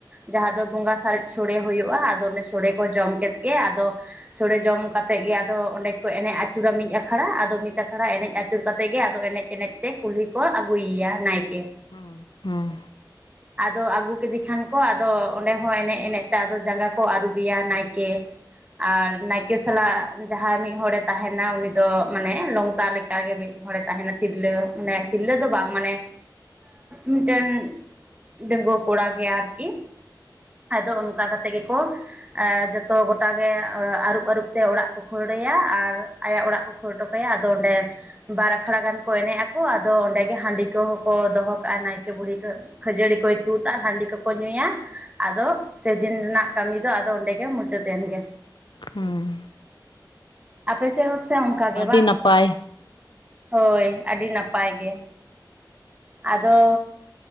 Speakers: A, on the right (about 20°); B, on the left (about 75°).
A: ᱡᱟᱦᱟᱸ ᱫᱚ ᱵᱚᱸᱜᱟ ᱥᱟᱨᱮᱡ ᱥᱚᱲᱮ ᱦᱩᱭᱩᱜᱼᱟ ᱟᱫᱚ ᱚᱱ ᱥᱚᱲᱮ ᱠᱚ ᱡᱚᱢ ᱠᱮᱫ ᱜᱮ ᱟᱫᱚ ᱥᱚᱲᱮ ᱡᱚᱢ ᱠᱟᱛᱮ ᱜᱮ ᱟᱫᱚ ᱚᱸᱰᱮ ᱠᱚ ᱮᱱᱮᱡ ᱟᱹᱪᱩᱨᱟ ᱢᱤᱫ ᱟᱠᱷᱲᱟ ᱟᱫᱚ ᱢᱤᱫ ᱟᱠᱷᱲᱟ ᱮᱱᱮᱡ ᱟᱹᱪᱩᱨ ᱠᱟᱛᱮᱮᱫ ᱜᱮ ᱟᱫᱚ ᱮᱱᱮᱡ ᱮᱱᱮᱡ ᱛᱮ ᱠᱩᱞᱦᱤ ᱠᱚ ᱟᱹᱜᱩᱭᱮᱭᱟ ᱱᱟᱭᱠᱮ᱾
B: ᱦᱮᱸ ᱦᱮᱸ
A: ᱟᱫᱚ ᱟᱹᱜᱩ ᱠᱮᱫᱮ ᱠᱷᱟᱱ ᱠᱚ ᱟᱫᱚ ᱚᱸᱰᱮ ᱦᱚᱸ ᱮᱱᱮᱡ ᱮᱱᱮᱡ ᱛᱮ ᱟᱫᱚ ᱡᱟᱸᱜᱟ ᱠᱚ ᱟᱹᱨᱩᱵᱮᱭᱟ ᱱᱟᱭᱠᱮ ᱟᱨ ᱱᱟᱭᱠᱮ ᱥᱟᱞᱟᱜ ᱡᱟᱦᱟᱸᱭ ᱢᱤᱫ ᱦᱚᱲᱮ ᱛᱟᱦᱮᱱᱟ ᱩᱱᱤ ᱫᱚ ᱢᱟᱱᱮ ᱞᱚᱝᱛᱟ ᱞᱮᱠᱟ ᱠᱟᱜᱮ ᱢᱤᱫ ᱦᱚᱲᱮ ᱛᱟᱦᱮᱱᱟ ᱛᱤᱨᱞᱟᱹ ᱢᱟᱱᱮ ᱛᱤᱨᱞᱟᱹ ᱫᱚ ᱵᱟᱝ ᱢᱟᱱᱮ ᱢᱤᱫᱴᱮᱱ ᱰᱟᱺᱜᱩᱣᱟᱹ ᱠᱚᱲᱟ ᱜᱮ ᱟᱨᱠᱤ ᱟᱫᱚ ᱚᱱᱠᱟ ᱠᱟᱛᱮᱫ ᱜᱮᱠᱚ ᱡᱚᱛᱚ ᱜᱚᱴᱟᱜᱮ ᱟᱹᱨᱩᱵ ᱟᱹᱨᱩᱵ ᱛᱮ ᱚᱲᱟᱜ ᱠᱚ ᱠᱷᱟᱹᱲᱲᱟᱹᱭᱟ ᱟᱨ ᱟᱭᱟᱜ ᱚᱲᱟᱜ ᱠᱚ ᱯᱷᱴ ᱠᱚᱮ ᱟᱫᱚ ᱚᱸᱰᱮ ᱵᱟᱨ ᱟᱠᱷᱲᱟ ᱜᱟᱱ ᱠᱚ ᱮᱱᱮᱡ ᱟᱠᱚ ᱟᱫᱚ ᱚᱸᱰᱮᱜᱮ ᱦᱟᱺᱰᱤ ᱠᱚᱦᱚᱸ ᱠᱚ ᱫᱚᱦᱚ ᱠᱟᱜᱼᱟ ᱱᱟᱭᱠᱮ ᱵᱩᱲᱦᱤ ᱠᱚ ᱠᱷᱟᱹᱡᱟᱹᱲᱤ ᱠᱚᱭ ᱛᱩᱫᱟ ᱟᱨ ᱦᱟᱺᱰᱤ ᱠᱚᱠᱚ ᱧᱩᱭᱟ ᱟᱫᱚ ᱥᱮᱫᱤᱱ ᱨᱮᱱᱟᱜ ᱠᱟᱹᱢᱤ ᱫᱚ ᱚᱱᱰᱮ ᱜᱮ ᱢᱩᱪᱚᱛᱱ ᱜᱮ
B: ᱦᱩᱸ
A: ᱟᱯᱮ ᱥᱮᱦ ᱦᱚ ᱥᱮ ᱚᱱᱠᱟ ᱜᱮ
B: ᱟᱹᱰᱤ
A: ᱵᱟᱝ
B: ᱱᱟᱯᱟᱭ
A: ᱦᱳᱭ ᱟᱹᱰᱤ ᱱᱟᱯᱟᱭ ᱜᱮ ᱟᱫᱚ